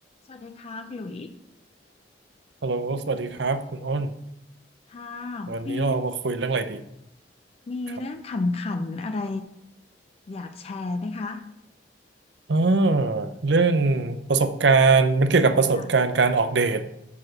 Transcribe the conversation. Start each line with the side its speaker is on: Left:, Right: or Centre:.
Left: สวัสดีค่ะคุณหลุย
Right: ฮัลโหลสวัสดีครับคุณอ้น
Left: ค่ะ
Right: วันนี้เรามาคุยเรื่องอะไรดี
Left: มีมีเรื่องขำขันอะไร
Right: ครับ
Left: อยากแชร์ไหมคะ
Right: อ่าเรื่องประสบการณ์มันเกี่ยวกับประสบการณ์การออกเดท
Left: ค่ะ